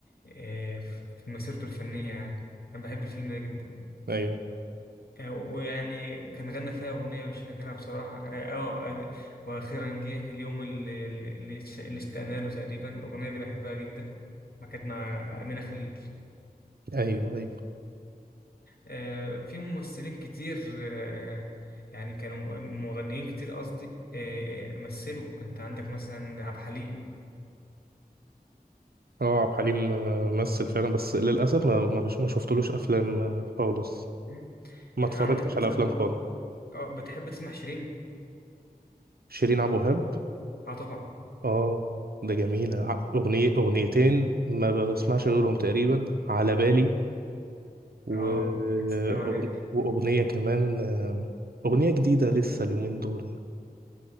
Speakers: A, on the left; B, on the right.
A: آه، في مسيرته الفنية يعني أنا بحب الفيلم ده جدا
B: ايوه
A: آه، ويعني كان غنى فيها أغنية مش فاكرها بصراحة اه آه، آه، وأخيرا جه اليوم اللي اللي- اللي اشتقنا له تقريبا الأغنية دي بحبها جدا ما كانت مع أمينة خليل
B: ايوه ايوه
A: آه، في ممثلين كتير آه، يعني كانوا مغنيين كتير قصدي آه، مثلوا انت عندك مثلا عبد الحليم
B: اه عبد الحليم آه، مثل فعلا بس للاسف ما ما, بش... ما شفتلوش افلام آه، خالص
A: مم.
B: ما اتفرجتش
A: عندك مثلا
B: على افلام خالص
A: اه بتحب تسمع شيرين
B: شيرين عبد الوهاب
A: اه طبعا
B: اه ده جميله ع- اغنيه اغنيتين ما بسمعش غيرهم تقريبا على بالي و...
A: اه يا سلام
B: أغن-
A: عليك
B: واغنيه كمان آه، اغنيه جديده لسه اليومين دول